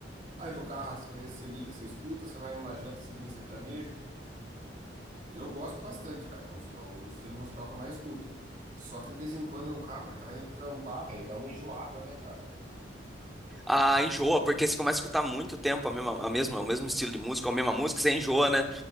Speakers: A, on the right; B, in the centre.
A: Aí no carro, às vezes você liga, você escuta. Você vai numa janta, você liga sertanejo. E eu gosto bastante, cara. É o, é o estilo musical que eu mais escuto. Só que de vez em quando no carro, aí tava indo trampar, velho, dá uma enjoada, né, cara?
B: Ah, enjoa, porque você começa a escutar muito tempo a mesma, a mesma, o mesmo estilo de música, a mesma música, você enjoa, né?